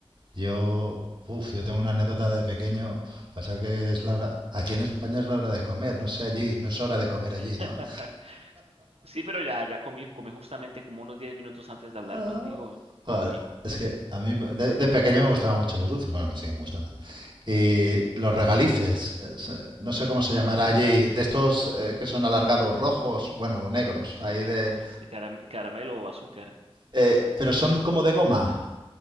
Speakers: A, on the right (about 50°); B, on the right (about 80°).
A: Yo... Uf, yo tengo una anécdota de pequeño. Pasa que es la hora... Aquí en España es la hora de comer. No sé allí. No es hora de comer allí, ¿no?
B: <laughs> Sí, pero ya, ya comí, comí justamente como unos 10 minutos antes de hablar
A: Ah,
B: contigo, comí.
A: Vale. Es que a mí de, de pequeño me gustaban mucho los dulces, bueno, me siguen gustando. Y los regalices, es, eh, no sé cómo
B: Ah,
A: se llamará allí, de estos eh, que son alargados rojos, bueno, negros,
B: sí,
A: ahí
B: de
A: de...
B: colores, de caram- caramelo o azúcar.
A: eh, pero son como de goma,